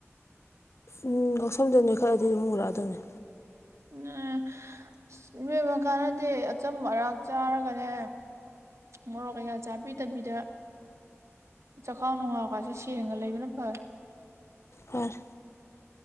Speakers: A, on the left (about 60°); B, on the right (about 70°).
A: ꯎꯝ ꯌꯥꯎꯁꯝꯗ ꯅꯣꯏ ꯈꯔꯑꯗꯤ ꯑꯗꯨꯝ ꯃꯔꯛꯑꯗꯕꯅꯤ
B: ꯎꯝ ꯑꯁ ꯏꯃꯏꯕꯀꯥꯟꯅꯗꯤꯦ ꯑꯆꯝꯝꯕ ꯑꯔꯥꯛ ꯆꯥꯔꯒꯅꯦ ꯃꯣꯔꯣꯛ ꯀꯩꯀꯥ ꯆꯥꯕꯤꯗꯕꯤꯗ ꯆꯈꯥꯎ ꯅꯨꯡꯉꯥꯎꯀꯁꯤꯦ ꯁꯦꯡꯉ ꯂꯩꯕꯅ ꯐꯩ
A: ꯐꯔꯦ